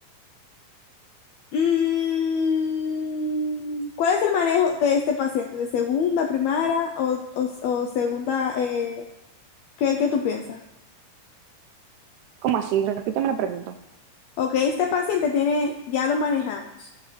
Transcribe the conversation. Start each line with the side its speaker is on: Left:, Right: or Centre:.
Left: Mm, ¿cuál es el manejo de este paciente? ¿De segunda, primaria o, o- o segunda? eh, ¿Qué, qué tú piensas?
Right: ¿Cómo así? Repíteme la pregunta.
Left: Ok, este paciente tiene, ya lo manejamos.